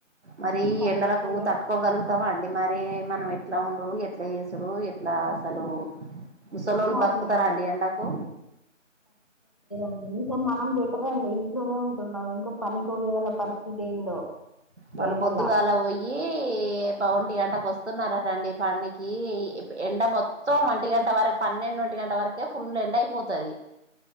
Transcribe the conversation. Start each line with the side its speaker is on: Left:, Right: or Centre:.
Right: మరీ
Left: తట్టుకోలేం
Right: ఎండలకు తట్టుకోగలుగుతావా అండి మరీ మనం ఎట్లా ఉండుడు ఎట్ల చేసుడు ఎట్లా అసలు
Left: ఏమోండి
Right: ముసలోళ్ళు బతుకుతారా అండి ఎండకు
Left: ండి ఇంకా మనం బెటరే అండి ఇంట్లోనే ఉంటున్నాం ఇంకా పనికిపోయ్యే వాళ్ళ పరిస్థితి ఏందో
Right: వాళ్ళు
Left: ఈ ఎండల
Right: పొద్దుగా అలా పోయి పవంటి అంట వస్తున్నారటండి వాడినికి ఎండ మొత్తం మంటి గంట వరకు పన్నెండు ఒంటి గంట వరకే ఫుల్ ఎండ అయిపోతుది